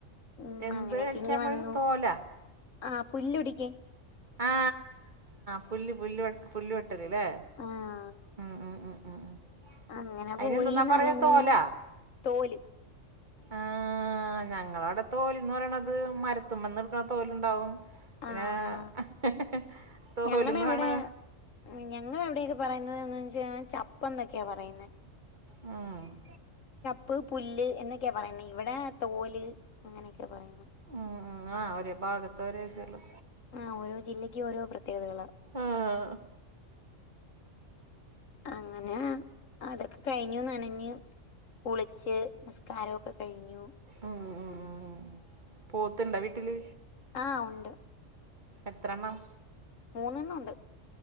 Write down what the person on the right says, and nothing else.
എന്ത്
അടിക്കാൻ
പോയത്
തോല
ആ പുല്ല് പുല്ല് പുല്ല് വെട്ടല് ലെ
മ് മ് മ് മ്
അയിന്
എന്തെന്നാ
പറയാ തോല
ആഹ ആ് ഞങ്ങളെ അവിടെ തോല്ന്ന് പറയണത് മരത്തുമ്മന്ന് എടുക്കണ തോലുണ്ടാവും പിന്നെ
ഹ് ഹ് തോഹോലന്നണ്
മ്മ്
ഉം ഉം ആഹ് ഓരോ ഭാഗത്ത് ഓരോ ഇതല്ലേ
ആഹ്
ആഹ് ആഹ് പോത്ത് ണ്ടോ വീട്ടില്
എത്രണ്ണം